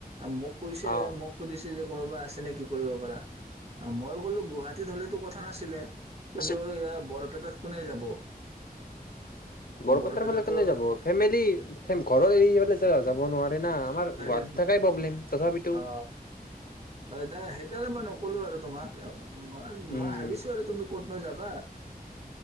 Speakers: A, on the right; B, on the left.
A: মোক কৈছে
B: অ
A: মোক সুধিছ যে কোনোবা আছে নে কি কৰিব পাৰ মই ক'লো গুৱাহাটীত হলেতো কথা নাছিলে কিন্তু
B: আছে
A: এ বৰ তাত কোনে যাব
B: বৰপেটাৰ
A: বৰপেটাতো
B: ফালে কোনে যাব ফেমেলিৰ এ ঘৰৰ এৰি ফালে যাব নোৱাৰাৰে ন আমাৰ গুৱাহাটীত
A: তাকে
B: থাকাই প্ৰব্লেম তথাপিতো
A: অ হয় ত সেইকাৰণে মই নকলো আৰু তোমাক মই
B: উম
A: মই ভাবিছো আৰু তুমি ক'ত নো যাবা